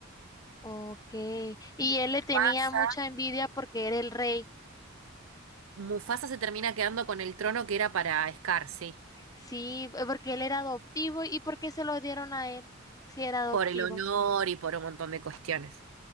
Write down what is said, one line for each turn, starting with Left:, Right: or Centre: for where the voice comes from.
Left: Ok. Y
Right: Y
Left: él
Right: Mufasa.
Left: le tenía mucha envidia porque era el rey.
Right: Mufasa se termina quedando con el trono que era para Scar, sí.
Left: Sí, eh, porque él era adoptivo y porque se lo dieron a él. si era adoptivo.
Right: Por el honor y por un montón de cuestiones.